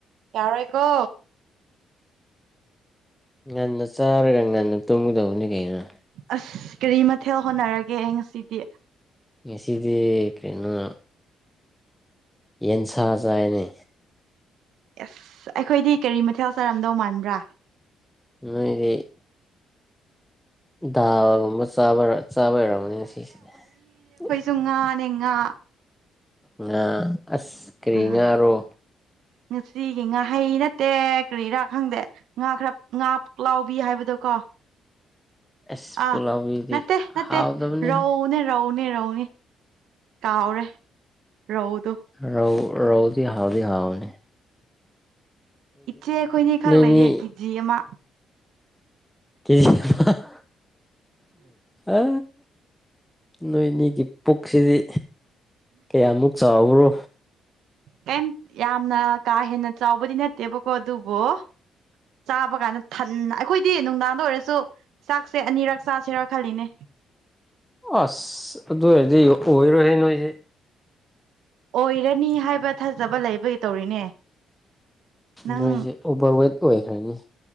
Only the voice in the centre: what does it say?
ꯉꯟꯅ ꯆꯥꯔꯒ ꯉꯟꯅ ꯇꯨꯝꯒꯗꯧꯕꯅꯤ ꯀꯩꯅ
ꯉꯁꯤꯗꯤ ꯀꯩꯅꯩꯅꯣ ꯌꯦꯟꯁꯥ ꯆꯥꯏꯅꯦ
ꯅꯣꯏꯒꯤ ꯗꯥꯒꯨꯝꯕꯥ ꯆꯥꯕꯩꯔꯝꯅꯤ ꯁꯤꯁꯤꯅꯦ ꯑꯦ
ꯉꯥ ꯑꯁ ꯀꯔꯤ
ꯉꯥꯔꯣ
ꯑꯁ
ꯄꯨꯂꯥꯎꯕꯤꯗꯤ
ꯍꯥꯎꯗꯕꯅꯤ
ꯔꯧ ꯔꯧꯗꯤ ꯍꯥꯎꯗꯤ ꯍꯥꯎꯕꯅꯦ
ꯅꯣꯏꯅꯤ
ꯀꯦꯖꯤ ꯍꯍꯍ ꯑ ꯅꯣꯏꯅꯤꯒꯤ ꯄꯨꯛꯁꯤꯗꯤ ꯀꯌꯥꯃꯨꯛ ꯆꯥꯎꯕ꯭ꯔꯣ
ꯑꯁ ꯑꯗꯨ ꯑꯣꯏꯔꯗꯤ ꯑꯣꯏꯔꯣꯏꯍꯦ ꯅꯣꯏꯁꯦ
ꯅꯣꯏꯁꯦ ꯑꯣꯚꯔꯋꯦꯠ ꯑꯣꯏꯈ꯭ꯔꯅꯤ